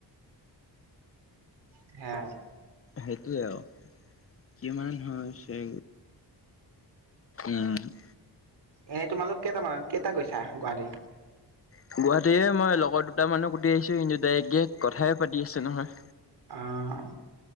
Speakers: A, on the right; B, on the left.
A: সেইয়া।
B: সেইটোৱে আৰু কিমান হৈছে, উহ।
A: এনে তোমালোক কেইটামানত, কেইটা গৈছা গুৱাহাটী।
B: গুৱাহাটীৰে মই লগৰ দুটা মানৰ সুটি আহিছো, সিহঁতে ডাইৰেক্ট ডাইৰেক্ট কথাই পাতি আছে নহয়।
A: আহ।